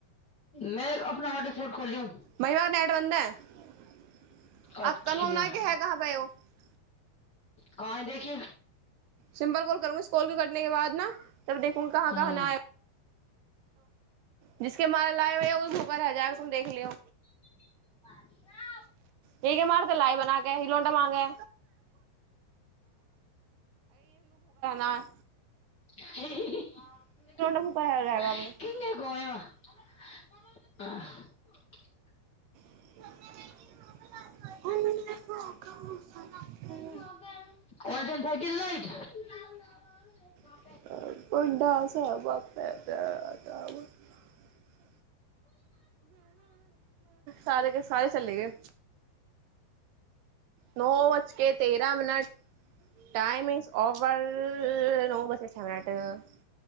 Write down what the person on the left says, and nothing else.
मे अपना ऑर्डर सोट खोललू
अच्छा काइ देखियौ
हम्म
<unintelligible>
<unintelligible>
<unintelligible>
<unintelligible>